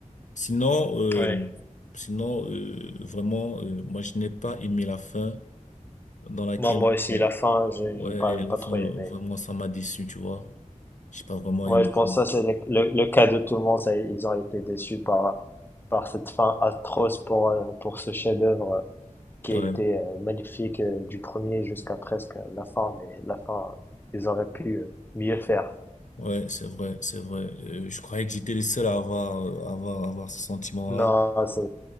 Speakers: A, on the left; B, on the left.
A: Sinon, euh,
B: Ouais.
A: sinon euh, vraiment, euh, moi, je n'ai pas aimé la fin dans laquelle,
B: Moi, moi aussi,
A: euh,
B: la fin, je n'ai
A: ouais,
B: pas, j'ai
A: la
B: pas
A: fin,
B: trop aimé.
A: vraiment, ça m'a déçu, tu vois. J'ai pas vraiment
B: Ouais,
A: aimé
B: je pense
A: ça.
B: que ça, c'est le, le- le cas de tout le monde. ça, ils ont été déçus par, par cette fin atroce pour, euh, pour ce chef-d'œuvre euh, qui a
A: Ouais,
B: été euh, magnifique euh, du premier jusqu'à presque la fin. Mais la fin, euh, ils auraient pu euh, mieux faire.
A: ouais, c'est vrai, c'est vrai. Euh, je croyais que j'étais le seul à avoir, euh, avoir, avoir ce sentiment-là.
B: Non, c'est,